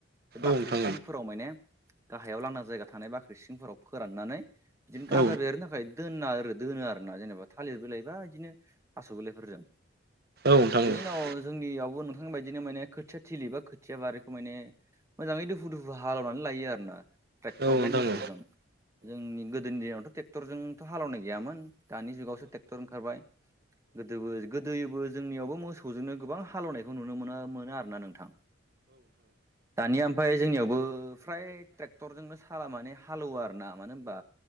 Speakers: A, on the right (about 15°); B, on the right (about 55°).
A: बे बाख्रि
B: नोंथां
A: सिंफोराव माने गाहायाव लांदां जायगा थानाय बाख्रि सिंफोराव फोराननानै बिदिनो गाजा
B: औ
A: बेरनो थाखाय दोनना आरो दोनो आरोना जेनेबा थालिर बिलाइ बा बिदिनो थास' बिलाइफोरजों
B: नोंथां औ नोंथां
A: बेनि
B: औ
A: उनाव जोंनियावबो नों थां बायदिनो माने खोथिया थिलि बा खो खोथिया बारिखौ माने मोजाङै दुफु दुफु हालेवनानै लायो आरो ना ट्रेक्टर
B: नोंथां औ नोंथां औ नोंथां औ नोंथां औ नोंथां औ नोंथां औ नोंथां औ नोंथां औ
A: बा मोसौजों जोंनि गोदोनि दिनावथ' ट्रेक्टरजोंथ' हालेवनाय गैयामोन दानि जुगावसो ट्रेक्टर ओंखारबाय गोदोबो गोदोबो जोंनियावबो मोसौजोंनो गोबां हालेवनायखौ नुनो मोना मोनो आरो ना नोंथां दानिया ओमफ्राय जोंनियावबो फ्राय ट्रेक्टरजोंनो साला माने हालौवो आरो ना मानो होनबा